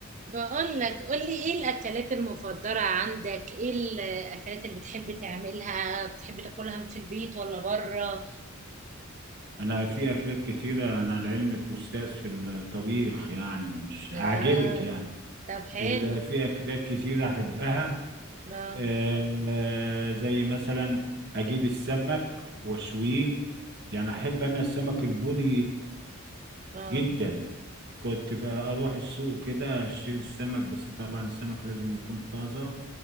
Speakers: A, on the right; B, on the right.
A: بقول لك قولي ايه الاكلات المفضلة عندك ايه الاكلات اللي بتحب تعملها بتحب تاكلها في البيت ولا بره
B: انا في اكلات كتيرة انا لعلمك استاذ في الطبيخ يعني مش
A: اه
B: اعجبك يعني
A: طب حلو
B: ال- في اكلات كتيرة احبها
A: اه
B: آه، زي مثلا اجيب السمك واشويه يعني احب انا السمك البوري
A: اه
B: جدا كنت ف- اروح السوق كده اشتري السمك بس طبعا السمك لازم يكون طازة